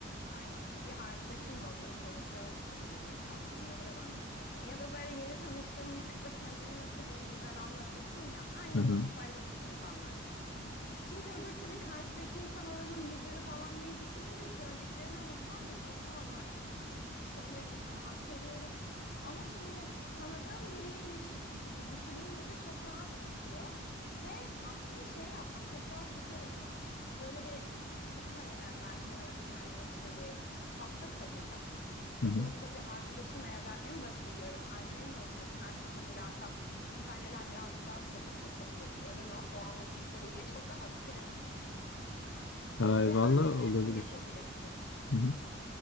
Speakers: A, on the left (about 50°); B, on the left (about 70°).
A: kanki bir arkadaşınla oturup konuşuyormuşsun gibi aslında biraz anlatacaksın. Ya da böyle yeni tanıştığın bir kıza kendini nasıl böyle güzel anlatırsın ya. Aynen
B: Hı hı.
A: o kafayla düşünüp anlatacaksın. Çünkü öbür türlü karşıdaki insan oranın müdürü falan diye düşününce söylediklerini unutman da çok normal. Son derece sana hak veriyorum. Ama şimdi tanıdığım biriymiş gibi düşününce de çok rahat akıyor. Ve aslında şey yapsan çok daha süper olur. Böyle bir gitmeden evvel kenara bir kendin için bir taslak hazırlasan
B: Hı
A: ve
B: hı.
A: bunu da bir arkadaşınla ya da en basit diyorum annenle oturup karşılıklı mülakatmış gibi. Çünkü anneler birazcık daha bu konuda ketumdur. Emin ol o an o psikolojiye çok rahat girer.
B: Ay
A: Ve annenle
B: valla olabilir.
A: bunu yapabilirsin.
B: Hı hı.